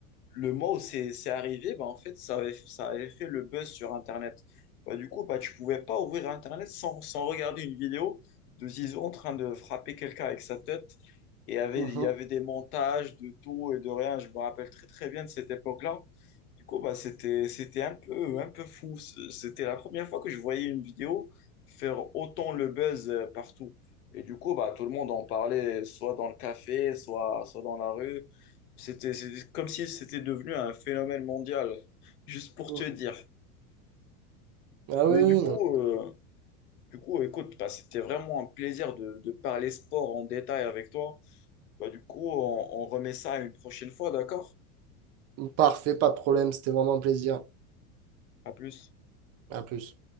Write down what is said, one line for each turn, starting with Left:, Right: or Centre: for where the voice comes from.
Left: le mois où c'est c'est arrivé, bah, en fait, ça avait, ça avait fait le buzz sur Internet. Bah, du coup, bah, tu pouvais pas ouvrir Internet sans, sans regarder une vidéo de Zizou en train de frapper quelqu'un avec sa tête. Et il y avait,
Right: Mhm,
Left: il y avait des montages de tout et de rien. Je me rappelle très, très bien de cette époque-là. Du coup, bah, c'était, c'était un peu, un peu fou. C'était la première fois que je voyais une vidéo faire autant le buzz euh, partout. Et du coup, bah, tout le monde en parlait, soit dans le café, soit, soit dans la rue. C'était c'était comme si c'était devenu un phénomène mondial, juste pour
Right: mhm.
Left: te dire.
Right: Ah
Left: Mais
Right: oui, oui,
Left: du coup,
Right: non.
Left: euh, du coup écoute, bah, c'était vraiment un plaisir de, de parler sport en détail avec toi. Bah, du coup, on on remet ça une prochaine fois, d'accord?
Right: Parfait, pas de problème. C'était vraiment un plaisir.
Left: À plus.
Right: À plus.